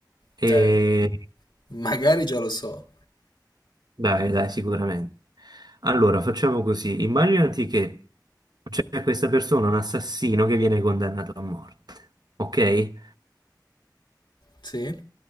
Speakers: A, on the right (about 60°); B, on the left (about 75°).
A: E
B: Dai, magari già lo so.
A: Dai, dai, sicuramente. Allora, facciamo così. Immaginati che c'è questa persona, un assassino, che viene condannato a morte, ok?
B: Sì?